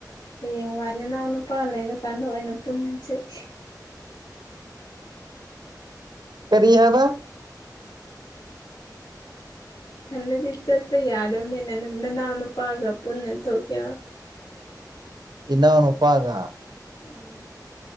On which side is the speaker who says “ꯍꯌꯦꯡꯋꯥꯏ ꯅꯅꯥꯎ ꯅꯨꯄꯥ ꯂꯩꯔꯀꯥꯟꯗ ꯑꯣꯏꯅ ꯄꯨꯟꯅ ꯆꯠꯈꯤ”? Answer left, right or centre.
Left